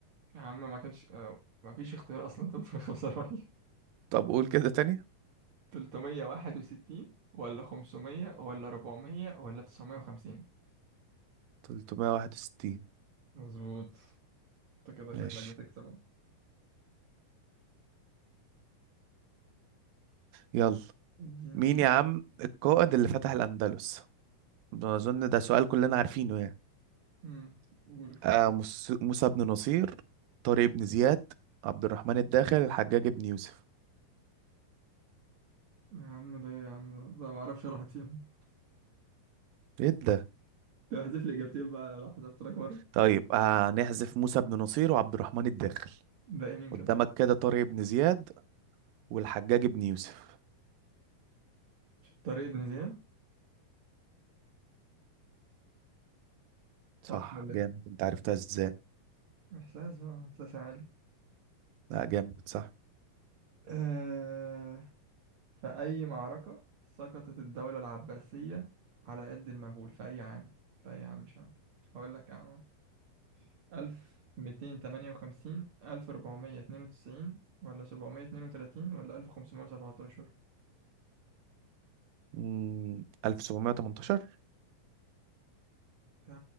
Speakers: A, on the right (about 55°); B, on the right (about 80°).
A: يا عم ما كانش آه، ما فيش اختيار أصلا <laughs> 345
B: طب قول كده تاني
A: 361 ولا 500 ولا 400 ولا 950
B: 361
A: مظبوط انت كده
B: ماشي
A: شكلك بتكسب اهو.
B: يلا
A: اديني
B: مين
A: سؤال
B: يا عم القائد اللي فتح الأندلس ده أظن ده سؤال كلنا عارفينه يعني
A: امم قول اختيار
B: آه مس- موسى بن نصير طارق بن زياد عبد الرحمن الداخل الحجاج بن يوسف
A: يا عم ده إيه يا عم ده ما اعرفش راحت فيهم
B: ايه ده
A: طب احذف لي اجابتين بقى لو حذفت لك مره
B: طيب هنحذف آه نحذف موسى بن نصير وعبد الرحمن الداخل
A: ده يمين
B: قدامك
A: كده
B: كده طارق بن زياد والحجاج ابن يوسف
A: طريق ابن زيان صح
B: صح
A: ولا
B: جامد
A: ايه
B: انت عرفتها ازاي
A: احساس بقى احساس عالي
B: لا جامد صح
A: أه... في اي معركه سقطت الدوله العباسيه على يد المغول في اي عام في اي عام مش عام هقول لك عام 1258 1492 ولا 732 ولا 1517
B: مم. 1718
A: يا,